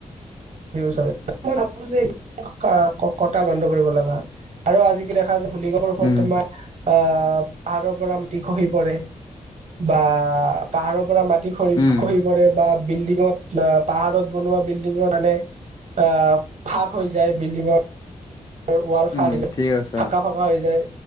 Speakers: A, on the right; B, on the left.
A: <unintelligible> মই ভাবোঁ যে খ-খ', ক-কটা বন্ধ কৰিব লগা আৰু আজি কি দেখা যায় ভুনিকপৰ
B: উম,
A: ফলত তোমাৰ আহ' পাহাৰৰ পৰা মাটি খহি পৰে। বা পাহাৰৰ পৰা মাটি খৰি
B: উম,
A: খহি পৰে। বা বিল্ডিঙত বা পাহাৰত বনোৱা বিল্ডিঙত মানে আ ফাক হৈ যায় বিল্ডিঙৰ আৰু ৱাল ফাক
B: উম,
A: হৈ যায়
B: ঠিক আছে।
A: ফাকা ফাকা হৈ যায়